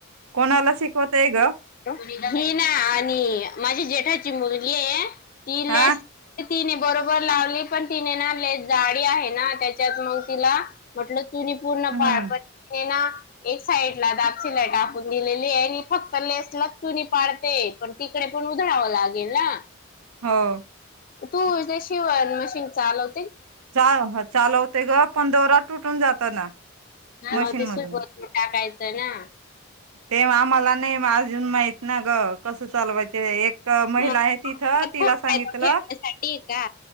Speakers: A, on the right (about 85°); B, on the left (about 40°).
A: कोणाला शिकवत ए ग
B: मी ना आणि माझी जेठाची मुलगी आहे ती
A: हा
B: लेस तिने बरोबर लावली पण तिने ना जाडी आहे ना त्याच्यात मग तिला म्हटलं चूनी पूर्ण
A: हम्म.
B: पाळ पण ना एक साइड ला दापचीला टाकून दिलेली आहे आणि फक्त लेसलाच चुनी पाडते पण तिकडे पण उधळावं लागेल ना
A: हो
B: तूझे शिवन मशीन चालव
A: च ह चालव ते ग पंन दोरा तुटून जातो ना मशीन
B: मग ते
A: मधून
B: सु टाकायच <unintelligible> त्यांना
A: ते आम्हाला नाही अजून माहित ना ग कसं चालवायच एक महिला
B: मग
A: आहे तिथ तिला
B: ठेवण्यासाठी
A: सांगितलं
B: का